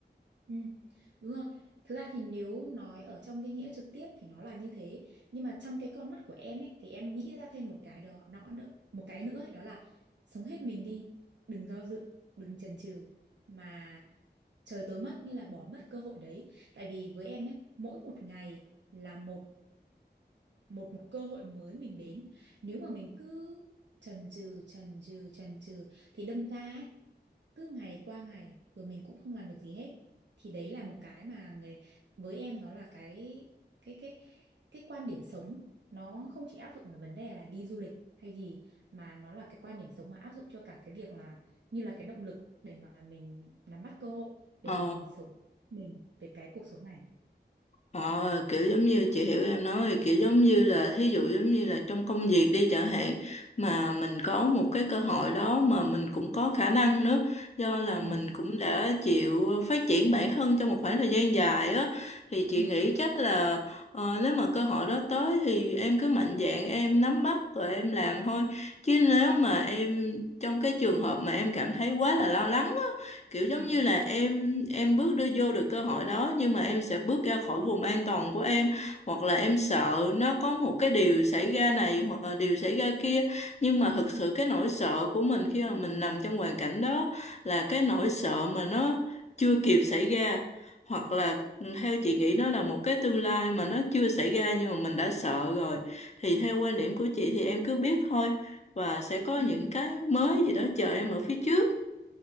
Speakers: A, on the right; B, on the left.
A: ừ, đúng rồi thực ra thì nếu nói ở trong cái nghĩa trực tiếp thì nó là như thế nhưng mà trong cái con mắt của em ấy thì em nghĩ ra thêm một cái đó nó đ- một cái nữa ấy, đó là sống hết mình đi đừng do dự đừng chần chừ mà trời tối mất như là bỏ mất cơ hội đấy tại vì với em nhé mỗi một ngày là một một một cơ hội mới mình đến nếu mà mình cứ chần chừ chần chừ chần chừ thì đâm ra ấy, cứ ngày qua ngày rồi mình cũng không làm được gì hết thì đấy là một cái mà người với em nó là cái cái cái cái quan điểm sống nó không chỉ áp dụng về vấn đề là đi du lịch hay gì mà nó là cái quan điểm sống mà áp dụng cho cả cái việc là như là cái động lực để mà mình nắm bắt cơ hội để
B: Ờ
A: mà mình sống mình về cái cuộc sống này
B: Ờ, kiểu giống như chị hiểu em nói rồi, kiểu giống như là thí dụ giống như là trong công việc đi chẳng hạn mà
A: ừ
B: mình có một cái cơ hội đó mà mình cũng có khả năng nữa do là mình
A: ừ
B: cũng đã chịu phát triển bản thân trong một khoảng thời gian dài á thì chị
A: ừ
B: nghĩ chắc là ờ, nếu mà cơ hội đó tới thì em cứ mạnh dạn em nắm bắt rồi em làm thôi chứ nếu mà em trong cái trường hợp mà em cảm thấy quá là lo lắng kiểu giống
A: ừ
B: như là em em bước đưa vô được cơ hội đó nhưng mà em sẽ bước ra khỏi vùng an toàn của em hoặc là em
A: ừ
B: sợ nó có một cái điều xảy ra này hoặc là điều xảy ra kia nhưng mà thực sự
A: ừ
B: cái nỗi sợ của mình khi mà mình nằm trong hoàn cảnh đó là cái nỗi sợ mà nó chưa kịp xảy ra hoặc là ừ, theo chị nghĩ nó là một cái tương lai mà nó chưa xảy ra nhưng mà mình đã sợ rồi thì theo quan điểm của chị thì em cứ biết thôi và sẽ có
A: ừ.
B: những cái mới gì đó chờ em ở phía trước